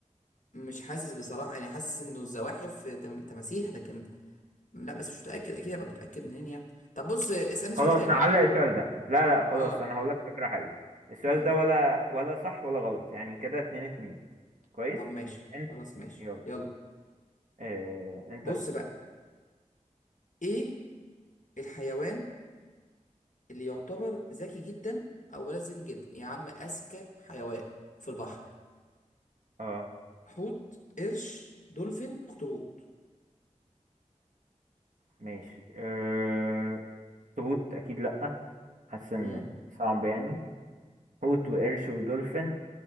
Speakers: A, on the left; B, on the right.
A: مش حاسس بصراحة انا حاسس انه الزواحف تم- تماسيح لكن لا بس مش متأكد اكيد ابقى متأكد منين يعني طب بص اسألني
B: خلاص
A: سؤال تاني
B: نعلق السؤال ده لا لا خلاص
A: اه
B: انا هقول لك فكرة حلوة السؤال
A: اه
B: ده ولا ولا صح ولا غلط يعني كده اتنين اتنين كويس
A: طب ماشي
B: انت
A: خلاص ماشي
B: يلا
A: يلا
B: اه انت
A: بص
B: اسأل
A: بقى ايه الحيوان اللي يعتبر ذكي جدا او بلاش ذكي جدا يا عم اذكى حيوان في البحر
B: اه
A: حوت قرش دولفين اخطبوط
B: ماشي اه اخطبوط اكيد لا حاسس ان
A: امم
B: صعب يعني حوت وقرش ودولفين